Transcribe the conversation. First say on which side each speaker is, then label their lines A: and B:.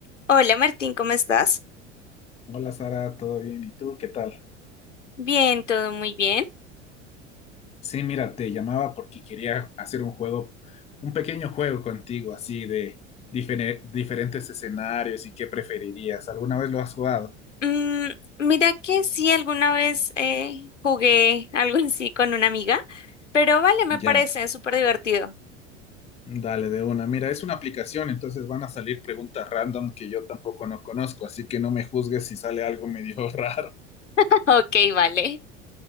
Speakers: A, on the left (about 80°); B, on the left (about 20°).
A: Hola Martín, ¿cómo estás?
B: Hola Sara, ¿todo bien? ¿Y tú qué tal?
A: Bien, todo muy bien.
B: Sí, mira, te llamaba porque quería hacer un juego, un pequeño juego contigo, así de difere- diferentes escenarios y qué preferirías. ¿Alguna vez lo has jugado?
A: Mm, mira que sí, alguna vez eh, jugué algo así con una amiga, pero vale, me
B: Ya,
A: parece súper divertido.
B: dale de una. Mira, es una aplicación, entonces van a salir preguntas random que yo tampoco no conozco, así que no me juzgues si sale algo medio <laughs> raro.
A: <laughs> Ok, vale.